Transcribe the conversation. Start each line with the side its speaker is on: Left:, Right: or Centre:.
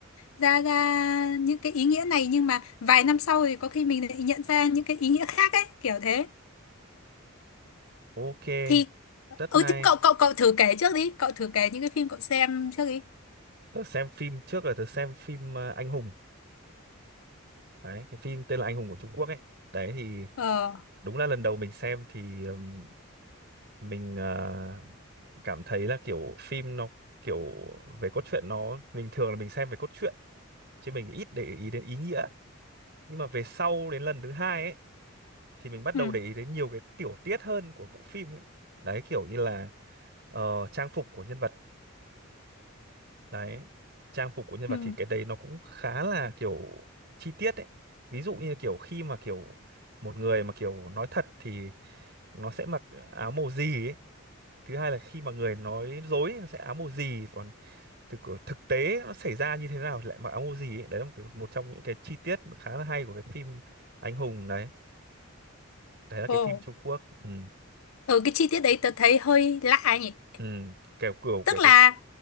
Left: ra ra những cái ý nghĩa này nhưng mà vài năm sau thì có khi mình lại nhận ra những cái ý nghĩa khác ấy kiểu thế
Right: ok
Left: thì
Right: rất
Left: ừ
Right: hay
Left: thì cậu cậu cậu thử kể trước đi cậu thử kể những cái phim cậu xem trước đi
Right: tớ xem phim trước là tớ xem phim ờ, Anh Hùng đấy cái phim tên là Anh Hùng của Trung Quốc ấy đấy thì
Left: ờ
Right: đúng là lần đầu mình xem thì ừm, mình ờ, cảm thấy là kiểu phim nó kiểu về cốt truyện nó bình thường là mình xem về cốt truyện chứ mình ít để ý đến ý nghĩa nhưng mà về sau đến lần thứ hai ấy thì mình bắt
Left: ừ
Right: đầu để ý đến nhiều cái tiểu tiết hơn của bộ phim ấy đấy kiểu như là ờ, trang phục của nhân vật đấy trang phục của nhân vật
Left: ừ
Right: thì cái đấy nó cũng khá là kiểu chi tiết ấy ví dụ như kiểu khi mà kiểu một người mà kiểu nói thật thì nó sẽ mặc áo màu gì ấy thứ hai là khi mà người nói dối nó sẽ áo màu gì còn thực thực tế nó xảy ra như thế nào thì lại mặc áo màu gì ấy. đấy là một, cái, một trong những cái chi tiết khá là hay của cái phim anh hùng đấy đấy là
Left: ồ
Right: cái phim Trung Quốc ừ.
Left: ở cái chi tiết đấy tớ thấy hơi lạ nhỉ
Right: Ừ. kiểu kiểu
Left: tức
Right: cái
Left: là
Right: cái